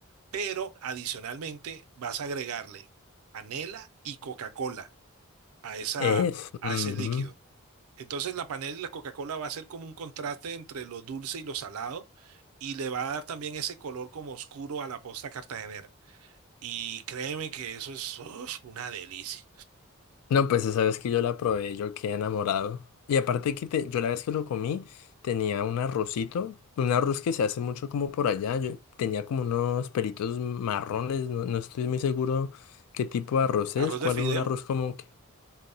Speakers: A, on the right; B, on the left.
A: Pero adicionalmente vas a agregarle panela y Coca-Cola a esa,
B: Es,
A: a
B: ujú.
A: ese líquido. Entonces la panela y la Coca-Cola va a ser como un contraste entre lo dulce y lo salado y le va a dar también ese color como oscuro a la posta cartagenera. Y créeme que eso es uf, una delicia.
B: No, pues esa vez que yo la probé, yo quedé enamorado. Y aparte que te- yo la vez que lo comí, tenía un arrocito, un arroz que se hace mucho como por allá. Yo tenía como unos pelitos marrones, no, no estoy muy seguro qué tipo de arroz es,
A: Arroz
B: cuál
A: de fideo.
B: es un arroz común. que-